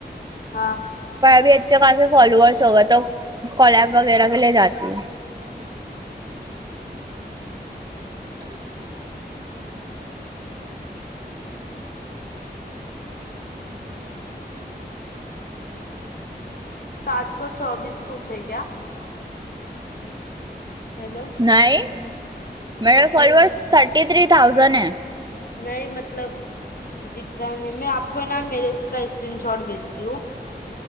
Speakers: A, on the left; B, on the right.
A: ہاں
B: پر ابھی اچھے خاص فالوورس ہو گئے تو کالپ وغیرہ کے لے جاتی ہوں ا <unintelligible>
A: سات سو چوبیس کچھ ہے کیا ہیلو
B: نہیں میرے
A: تو
B: فلورس
A: پھر
B: تھرٹی تھری تھاؤزنڈ ہے
A: نہیں مطلب دکھ رہا نہیں میں آپ کو نا میرے اس کا اسکرین شاٹ بھیجتی ہوں